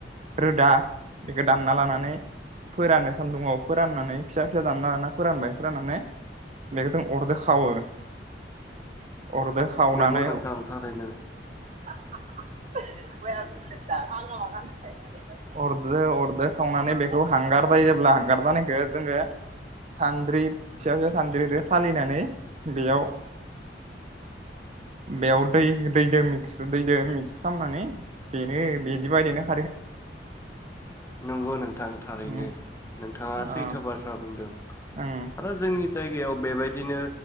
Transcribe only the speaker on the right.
रोदा बेखौ दानना लानानै। फोराननो सान्दुंङआव फोराननानै फिसा फिसा दानालाना फोरानबाय फोरनानै बेखोजों अरदो खावो अरदो खावनानै
<unintelligible> अरदो अरदो खावना नै बे औ हांगार दााय जेब्ला हांगार दानखो जोङो सानद्रि फिसा फिसा सानद्रिजों सालिनानै बेयाव बेयाव दै दैदो मिक्स दैदो मिक्स खालामनानै बेनो बिदि बादिनो
उम
ओ
ओं